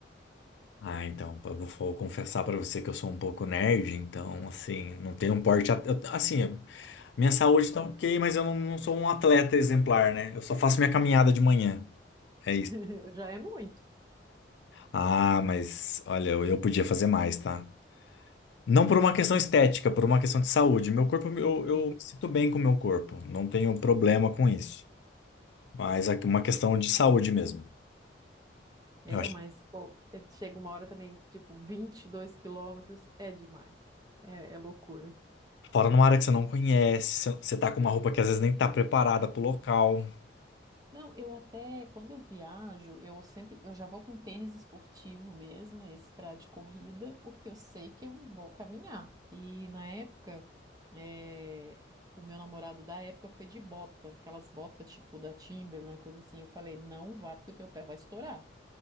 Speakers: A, on the left (about 75°); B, on the right (about 20°).
A: Ah, então, eu vou vou confessar pra você que eu sou um pouco nerd, então, assim, não tenho um porte. at- eu- Assim, minha saúde tá ok, mas eu não, não sou um atleta exemplar, né? Eu só faço minha caminhada de manhã. É isso.
B: <laughs> Já é muito.
A: Ah, mas olha, eu eu podia fazer mais, tá? Não por uma questão estética, por uma questão de saúde. Meu corpo, eu, eu
B: Sim.
A: me sinto bem com o meu corpo, não tenho problema com isso. Mas é uma questão de saúde mesmo.
B: É,
A: Eu acho.
B: mas, pô, é- chega uma hora também, tipo, 22 quilômetros é demais. É, é loucura.
A: Fora numa área que você não conhece, você você tá com uma roupa que às vezes nem tá preparada pro local.
B: Não, eu até, quando eu viajo, eu sempre, eu já vou com tênis esportivo mesmo, esse pra de corrida, porque eu sei que eu vou caminhar. E na época, eh, o meu namorado da época foi de bota, aquelas botas tipo da Timberland, coisa assim. Eu falei, não vá, porque o teu pé vai estourar.